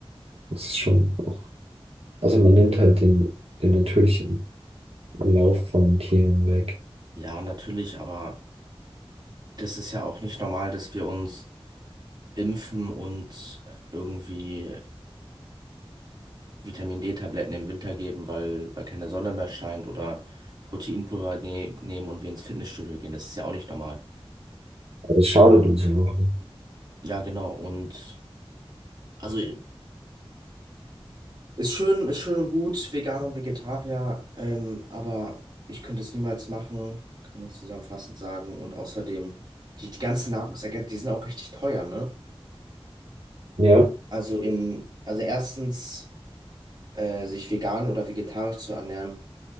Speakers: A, on the right; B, on the right.
A: Das ist schon auch. Also man nimmt halt den, den natürlichen. Lauf von Tieren weg.
B: ja, natürlich, aber das ist ja auch nicht normal, dass wir uns impfen und irgendwie Vitamin D-Tabletten im Winter geben, weil, weil keine Sonne mehr scheint oder Proteinpulver ne nehmen und wir ins Fitnessstudio gehen. Das ist ja auch nicht normal.
A: Aber es schadet uns ja auch nicht.
B: Ja, genau. Und also Ist schön, ist schön und gut, Veganer und Vegetarier, ähm, aber ich könnte es niemals machen, kann man jetzt zusammenfassend sagen. Und außerdem, die, die ganzen Nahrungsergänzungen, die sind auch richtig teuer, ne?
A: Ja,
B: Also in, also erstens, äh, sich vegan oder vegetarisch zu ernähren,